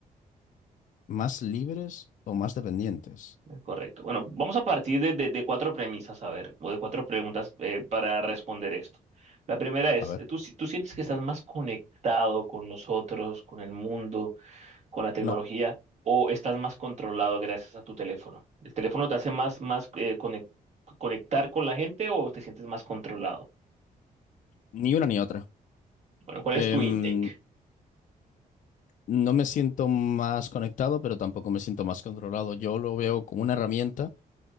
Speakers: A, on the left (about 60°); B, on the right (about 50°).
A: ¿más libres o más dependientes?
B: eh, correcto. Bueno, vamos a partir de, de- de cuatro premisas, a ver, o de cuatro preguntas eh, para responder esto. La primera es,
A: A ver.
B: ¿tú, si- tú sientes que estás más conectado con nosotros, con el mundo? con la tecnología
A: No,
B: o estás más controlado gracias a tu teléfono? ¿El teléfono te hace más, más eh, conec- conectar con la gente o te sientes más controlado?
A: ni una ni otra.
B: Bueno, ¿cuál
A: Em,
B: es tu intake?
A: no me siento más conectado, pero tampoco me siento más controlado. Yo lo veo como una herramienta,